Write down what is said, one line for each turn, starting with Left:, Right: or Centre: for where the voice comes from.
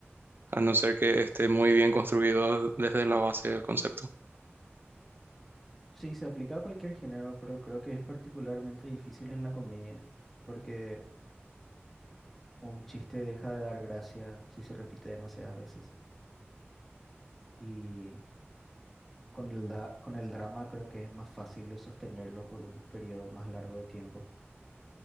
Right: a no ser que esté muy bien construido desde la base del concepto.
Centre: Sí, se aplica a cualquier género, pero creo que es particularmente difícil en la comedia, porque un chiste deja de dar gracia si se repite demasiadas veces. Y con el, da- con el drama creo que es más fácil de sostenerlo por un periodo más largo de tiempo.